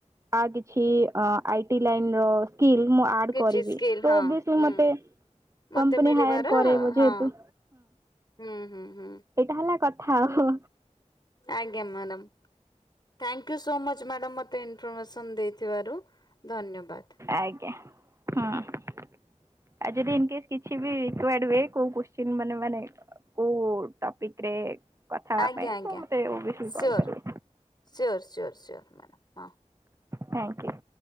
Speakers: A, on the right; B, on the left.
A: ଆ କିଛି ଆ ଆଇ ଟି ଲାଇନର ସ୍କିଲ୍ ମୁଁ ଆଡ୍
B: କିଛି
A: କରିବି।
B: ସ୍କିଲ୍
A: ତ
B: ହଁ
A: ଅବସ୍ୟ
B: ହୁଁ
A: ମତେ
B: ମତେ
A: କମ୍ପାନୀ
B: ମିଳିବାର
A: ହାୟର କରବ
B: ହଁ
A: ଯେହେତୁ
B: ହୁଁ ହୁଁ ହୁଁ।
A: ଏଇଟା ହେଲା କଥା। ହୁଁ।
B: ଆଜ୍ଞା madam. Thank you so much madam ମୋତେ ଇନଫର୍ମେସନ୍ ଦେଇଥିବାରୁ। ଧନ୍ୟବାଦ୍।
A: ଆଜ୍ଞା। ଆଉ ଯଦି ଇନକେସ୍ କିଛି ବି କୁଆଡୁ ହୁଏ, କୋଉ କୋଶ୍ଚିନ ମାନେ ମାନେ କୋଉ ଟପିକ୍ ରେ କଥା ହେବା
B: ଆଜ୍ଞା
A: ପାଇଁ
B: ଆଜ୍ଞା
A: ତ ମତେ ବିଶୁ
B: ସିଓର୍
A: କଲ କରେ।
B: ସିଓର୍ ସିଓର୍ ସିଓର୍ ମ୍ୟାଡ଼ାମ୍ ହଁ।
A: ହଁ କି।